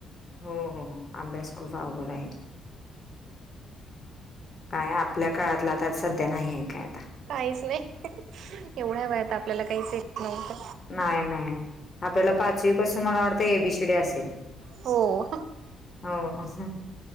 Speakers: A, on the left; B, on the right.
A: हो, हो हो. अभ्यास खूप अवघड आहे. काय आपल्या काळातला आता सध्या नाही आहे. काय आता
B: काहीच नाही. एवढ्या वयात आपल्याला काहीच येत नव्हतं.
A: नाय नाय. आपल्याला पाचवी पासून मला वाटतं ए बी सी डी असेल.
B: हो
A: हो असं.